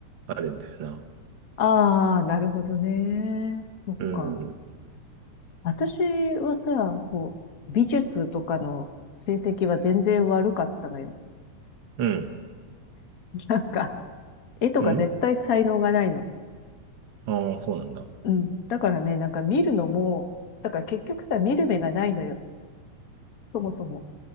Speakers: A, on the right; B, on the left.
A: あるんだよな。
B: ああ、なるほどね。そっか。
A: うん、
B: 私はさ、こう、美術とかの成績は全然悪かったのよ。
A: うん、
B: <laughs> なんか、絵とか絶対才能がないの。
A: うん。ああ、そうなんだ。
B: うん。だからね、なんか見るのも、だから結局さ、見る目がないのよ。そもそも。